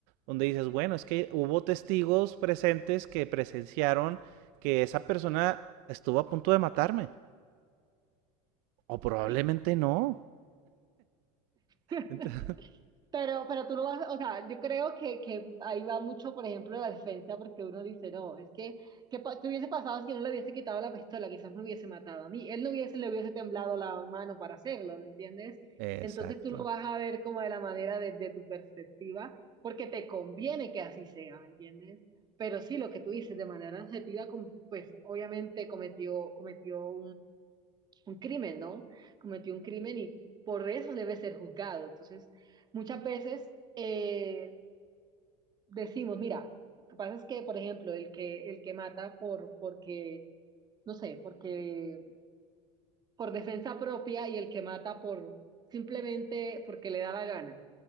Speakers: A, on the right; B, on the right.
A: Donde dices, bueno, es que hubo testigos presentes que presenciaron que esa persona estuvo a punto de matarme. O probablemente
B: sí.
A: no.
B: <laughs>
A: Ent- <laughs>
B: Pero, pero tú lo vas, o sea, yo creo que, que ahí va mucho, por ejemplo, la defensa, porque uno dice, no, es que, ¿qué, pa- qué hubiese pasado si yo no le hubiese quitado la pistola? Quizás me hubiese matado a mí, él no hubiese, le hubiese temblado la mano para hacerlo, ¿me entiendes?
A: Exacto.
B: Entonces tú lo vas a ver como de la manera desde tu perspectiva, porque te conviene que así sea, ¿me entiendes? Pero sí, lo que tú dices, de manera objetiva, com- pues obviamente cometió, cometió un crimen, ¿no? Cometió un crimen y por eso debe ser juzgado. Entonces, muchas veces eh, decimos, mira, lo que pasa es que, por ejemplo, el que, el que mata por, porque, no sé, porque por defensa propia y el que mata por simplemente porque le da la gana.